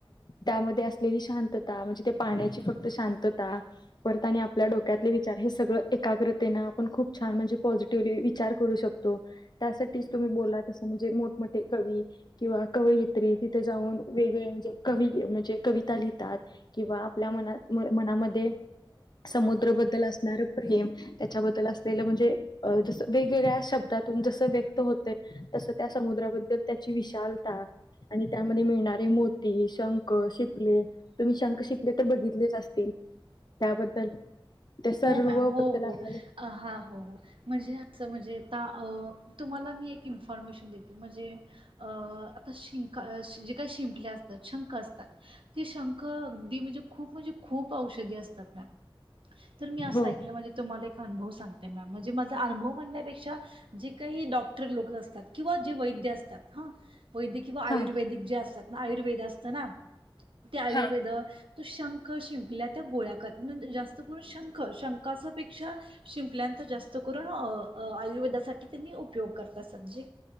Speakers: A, on the left; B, on the right.
A: त्या असली शांत म्हणजे पाण्याची फक्त शांतता परत आणि आपल्या डोक्यातले विचार हे सगळ एकाग्रतेन आपण खूप छान म्हणजे पॉझिटिव्हली विचार करू शकतो त्यासाठीच तुम्ही बोला तसं म्हणजे मोठमोठे कवी किंवा कवयित्री तिथे जाऊन वेगवेग म्हणजे क म्हणजे कविता लिहात किंवा आपल्या मनात मनामध्ये समुद्रबद्दल असणार प्रेम त्याच्याबद्दल अस. म्हणजे जस वेगवेगळ्या शब्दातून जस व्यक्त होत तस त्या समुद्राबद्दल ची विशालता आणि त्यामध्ये मिळणारे मोती शंख शिपले तुम्ही शंख शिपले तर बघितलेच असतील. त्याबद्दल त्या सरवबद्दल
B: हो मॅम. हो, हो.
A: आपल्याला
B: अ, हां, म्हणजे अस म्हणजे तुम्हाला मी एक इन्फॉर्मेशन देते म्हणजे आता शिंका जे काही शिंपले असतात शंख असतात ती शंख अगदी म्हणजे खूप म्हणजे खूप औषधी असतात तर मी असं
A: हो.
B: ऐकलं म्हणजे तुम्हाला एक अनुव सांग. त्या म्हणजे माझा अनुभव म्हणण्यापेक्षा जे काही डॉक्टर लोक असतात किंवा जे वैद्य असतात. वैद किवा आयुर्वेदिक
A: हा.
B: जे असतात ना आयुर्वेद असत ना ते आयुर्वेद
A: हा
B: तो शंख शिंपला त्या गोळ्या कर म्हण जास्त करून शंख शंकापेक्षा शिंपल्याचा जास्त करून आयुर्वेदासाठी त्यांनी उपयोग करतात. सब्जी.